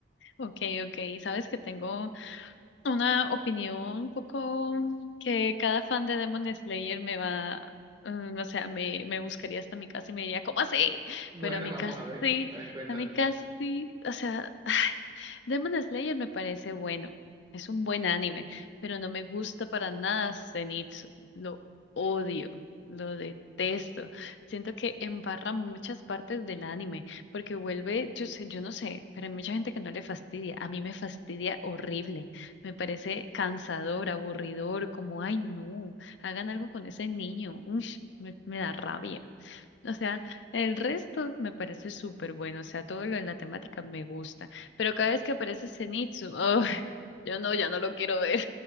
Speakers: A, on the left (about 85°); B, on the right (about 25°).
A: Ok, ok. Sabes que tengo Una opinión un poco mm, que cada fan de Demon Slayer me va, mm, o sea, me, me buscaría hasta mi casa y me diría, ¿cómo así?
B: Bueno,
A: Pero a mi
B: vamos
A: casi,
B: a ver. A ver, cuéntame.
A: a mi casi, o sea, <sighs> ay, Demon Slayer me parece bueno, es un buen anime, pero no me gusta para nada Zenitsu, lo odio, lo detesto. Siento que embarra muchas partes del anime, porque vuelve, yo sé, yo no sé, pero hay mucha gente que no le fastidia, a mí me fastidia horrible. Me parece cansador, aburridor, como, ay, no, hagan algo con ese niño. Uy, me, me da rabia. O sea, el resto me parece súper bueno. O sea, todo lo de la temática me gusta. Pero cada vez que aparece Zenitsu, <laughs> ay, yo no, ya no lo quiero ver.